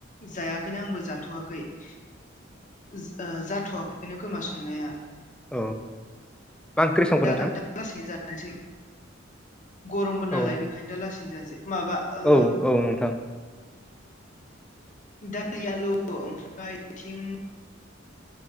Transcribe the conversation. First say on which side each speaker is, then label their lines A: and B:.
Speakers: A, on the left; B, in the centre.
A: जायाखैनो आंबो जाथ'वाखै। ओ जाथ'वाखैनो खोमा संनाया।
B: औ मा ओंख्रि संखो
A: दा
B: नोंथां।
A: दा लासैनो जानोसै गरमबो नालाय
B: औ
A: बेखायनो दा लासैनो जानोसै। माबा ओ।
B: औ औ नोंथां
A: दालि आलु ओमफ्राय थिं